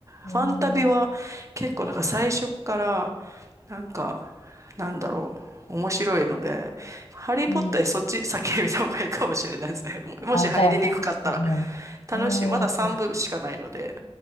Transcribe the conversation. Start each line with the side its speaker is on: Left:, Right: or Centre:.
Left: うん。
Right: ファンタビは結構なんか最初からなんか、なんだろう。面白いので、ハリー・
Left: うん
Right: ポッターよそっち先に見た方がいいかもしれないですね。<laughs> ももし入りにくかったら。
Left: あ、じゃあ、ファンタビを。
Right: 楽しい。
Left: うん。
Right: まだ3部しかないので。